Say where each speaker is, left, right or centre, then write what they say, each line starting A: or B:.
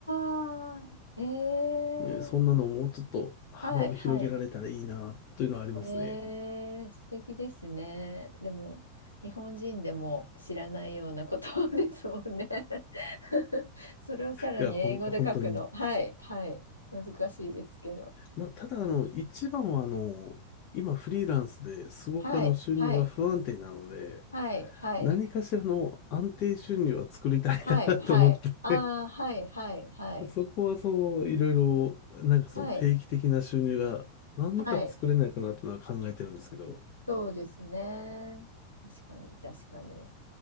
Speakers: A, on the left; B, on the left.
A: あ。ええ。
B: ね、そんなのをもうちょっと幅を広げられたらいいな、
A: はい。はい。
B: というのはありますね。
A: えー、素敵ですね。でも、日本人でも知らないようなことですもんね。<laughs> それをさらに英語で書くの。
B: いや、ほんと、本当に。
A: はい、はい。難しいですけど。
B: まあ、ただ、あの、一番は、あの、今フリーランスですごくあの収入が不安定なので、
A: はい、はい、はい、はい、
B: 何かしらの安定収入は作りたいなと思って
A: はい、はい。ああ、はい、はい、はい、
B: そこはそう、いろいろ、なんかその定期的な収入が何か作れないかなっていうのは考えてるんですけど、
A: はい、はい。そうですね。確かに、確かに。